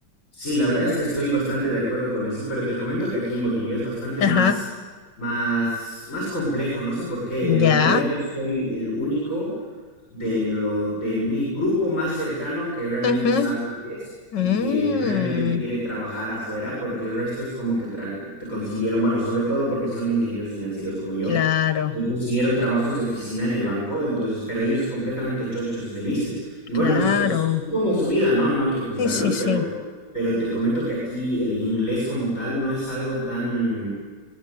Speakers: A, on the left; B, on the left.
A: Sí, la verdad es que estoy bastante de acuerdo con eso, pero te comento que aquí en Bolivia es bastante
B: Ajá,
A: más, más, más complejo, no sé por qué. En
B: ya.
A: realidad yo soy el único de lo, de mi grupo más cercano que realmente
B: Ujú.
A: sabe inglés y
B: Mm,
A: que realmente quiere trabajar afuera, porque el resto es como que tra- te consiguieron, bueno, sobre todo porque son ingenieros financieros como yo,
B: claro,
A: eh, consiguieron trabajos de oficina en el banco, entonces, pero ellos completamente chochos y felices. Y bueno,
B: claro.
A: es, es supongo su vida, ¿no? No hay que juzgarlos,
B: Sí, sí,
A: pero,
B: sí.
A: pero te comento que aquí el inglés como tal no es algo tan,